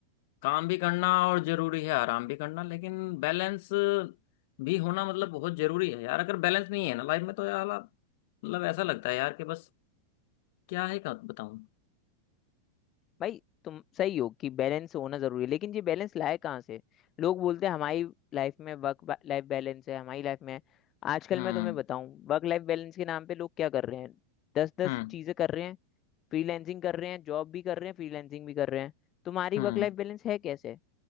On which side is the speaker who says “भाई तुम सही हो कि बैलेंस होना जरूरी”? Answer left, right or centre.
Left